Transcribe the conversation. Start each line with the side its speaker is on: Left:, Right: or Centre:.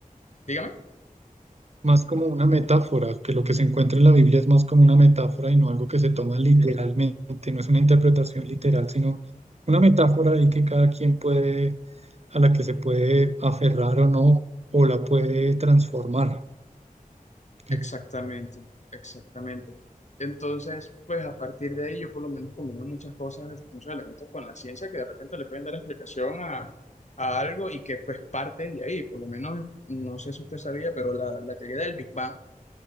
Left: Dígame.
Right: más como una metáfora, que lo que se encuentra en la Biblia es más como una metáfora y no algo que se toma literalmente, no es una interpretación literal, sino una metáfora ahí que cada quien puede, a la que se puede aferrar o no, o la puede transformar. Eh,
Left: Exactamente, exactamente. Entonces, pues a partir de ahí yo por lo menos combino muchas cosas, muchos elementos con la ciencia que de repente le pueden dar explicación a, a algo y que pues parten de ahí. Por lo menos, no sé si usted sabía, pero la, la teoría del Big Bang